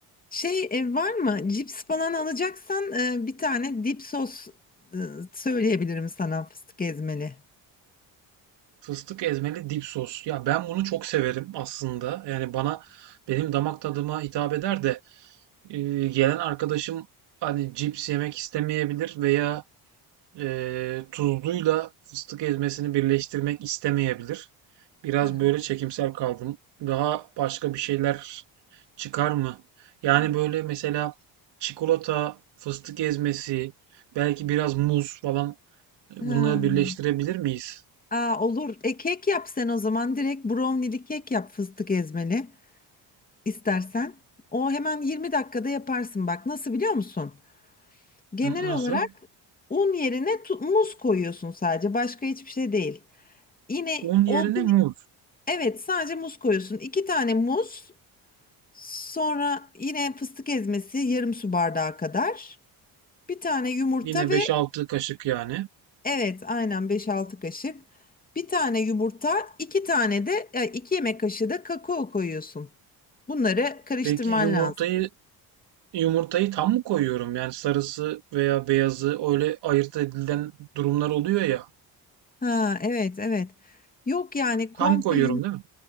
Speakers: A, on the left (about 20°); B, on the right (about 70°).
A: Şey e, var mı? Cips falan alacaksan e, bir tane dip sos e, söyleyebilirim sana fıstık ezmeli.
B: Fıstık ezmeli dip sos. Ya ben bunu çok severim aslında. Yani bana benim damak tadıma hitap eder de e, gelen arkadaşım hani cips yemek istemeyebilir veya e, tuzluyla fıstık ezmesini birleştirmek istemeyebilir. Biraz
A: Hı hı.
B: böyle çekimsel kaldım. Daha başka bir şeyler çıkar mı? Yani
A: Hmm.
B: böyle mesela çikolata, fıstık ezmesi, belki biraz muz falan e,
A: Ha.
B: bunları birleştirebilir miyiz?
A: Aa, olur. E, kek yap sen o zaman. Direkt brownie'li kek yap fıstık ezmeli istersen. O hemen 20 dakikada yaparsın bak. Nasıl biliyor musun? Genel
B: N- Nasıl?
A: olarak un yerine tu- muz koyuyorsun sadece. Başka hiçbir şey değil. Yine
B: Un
A: olgun
B: yerine muz.
A: evet sadece muz koyuyorsun. İki tane muz sonra yine fıstık ezmesi yarım su bardağı kadar. Bir tane yumurta
B: Yine
A: ve
B: beş altı kaşık yani.
A: evet aynen beş altı kaşık. Bir tane yumurta iki tane de e, iki yemek kaşığı da kakao koyuyorsun. Bunları karıştırman
B: Peki yumurtayı
A: lazım.
B: yumurtayı tam mı koyuyorum? Yani sarısı veya beyazı öyle ayırt edilen durumlar oluyor ya.
A: Ha evet evet. Yok yani komple
B: Tam koyuyorum
A: yum-
B: değil mi?